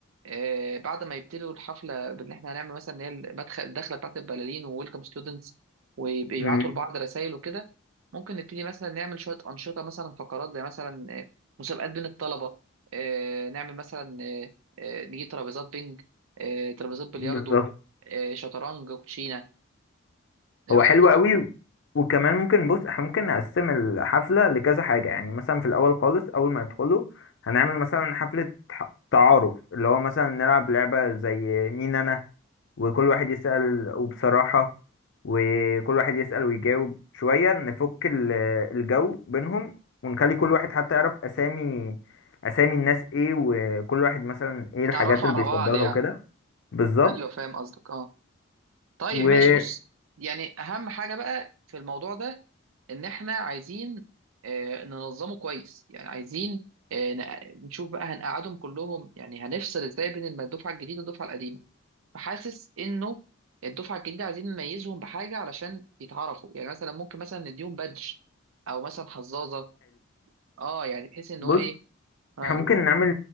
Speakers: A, on the right; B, on the left.
A: آه، بعد ما يبتدوا الحفله بان احنا هنعمل مثلا اللي هي المدخل الدخله بتاعت البلالين وويلكم ستودنتس ويبعتوا
B: مم.
A: لبعض رسائل وكده ممكن نبتدي مثلا نعمل شويه انشطه مثلا فقرات زي مثلا آه، مسابقات بين الطلبه آه، نعمل مثلا آه، آه، نجيب ترابيزات بينج آه، ترابيزات بلياردو
B: بالظبط
A: آه، شطرنج كوتشينه ايه
B: هو
A: رايك
B: حلو
A: في الفكره
B: قوي
A: دي؟
B: وكمان ممكن بص احنا ممكن نقسم الحفلة لكذا حاجة يعني مثلا في الأول خالص أول ما يدخلوا هنعمل مثلا حفلة ح- تعارف اللي هو مثلا نلعب لعبة زي مين أنا وكل واحد يسأل وبصراحة وكل واحد يسأل ويجاوب شوية نفك ال- الجو بينهم ونخلي كل واحد حتى يعرف أسامي أسامي الناس إيه وكل واحد مثلا إيه
A: يتعرفوا
B: الحاجات اللي
A: على
B: بيفضلها
A: بعض يعني
B: وكده بالظبط
A: ايوه فاهم قصدك اه طيب
B: وحلو
A: ماشي بص يعني اهم حاجه بقى في الموضوع ده ان احنا عايزين آه، ننظمه كويس يعني عايزين آه، ن- نشوف بقى هنقعدهم كلهم يعني هنفصل ازاي بين الم- الدفعه الجديده والدفعه القديمه فحاسس انه الدفعه الجديده عايزين نميزهم بحاجه علشان يتعرفوا يعني مثلا ممكن مثلا نديهم بادج او مثلا حظاظه اه يعني بحيث ان
B: بص
A: هو ايه اه
B: احنا ممكن نعمل